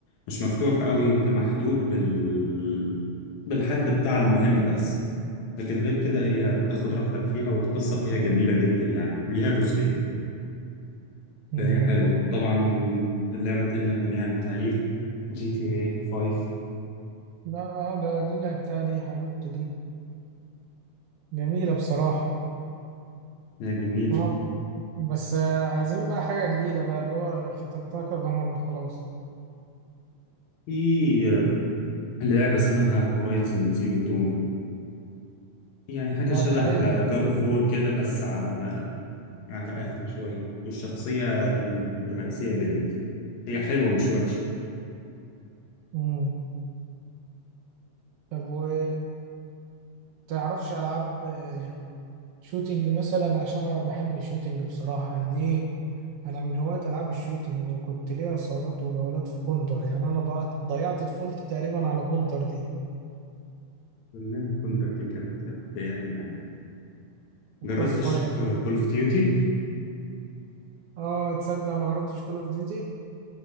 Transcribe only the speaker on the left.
مش مفتوح قوي انت محدود بال بالحد بتاع المهمه بس لكن غير كده هي بتاخد راحتك فيها والقصة فيها جميلة جدا يعني وليها جزئين
فهي حلوة طبعا اللعبة التانية غنية عن التعريف جي تي اي 5
هي جميل
في لعبة اسمها هورايزن زيرو دون يعني حاجة
شبه
جاد اوف وور كده بس على على أهدى شوية والشخصية الرئيسية بنت هي حلوة مش وحشة
كلنا كنا دي كانت بداياتنا يعني
جربتش
كول اوف ديوتي؟